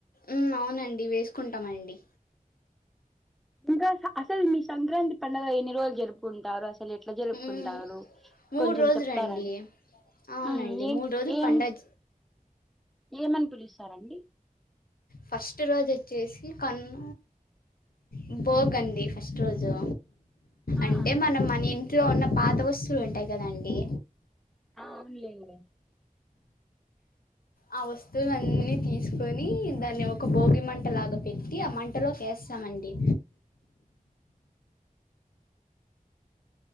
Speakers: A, on the left; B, in the centre.
A: ఉమ్ అవునండి వేసుకుంటామండి
B: ఇంకా అసలు మీ సంక్రాంతి పడుగ ఎన్ని రోజులు జరుపుకుంటారు అసలు అది ఎట్లా జరుపుకుంటారు
A: ఉమ్, మూడు
B: కొంచెం
A: రోజులండి
B: చెప్తారా అండి
A: అవునండి
B: ఉమ్ ఏం
A: మూడు రోజు
B: ఏం
A: పండగ
B: ఏమని పిలుస్తారండి
A: ఫస్ట్ రోజు వచ్చేసి కనుమ ఉ బోగడి ఫస్ట్ రోజు
B: ఆ
A: అంటే మనం మన ఇంట్లో ఉన్న పాత వస్తువులు ఉంటాయి కదండి
B: అవును లెండి
A: ఆ వస్తువుల అన్ని తీసుకొని దాన్ని ఒక భోగి మంట లాగా పెట్టి ఆ మంటలోకి వే ఇస్తామండి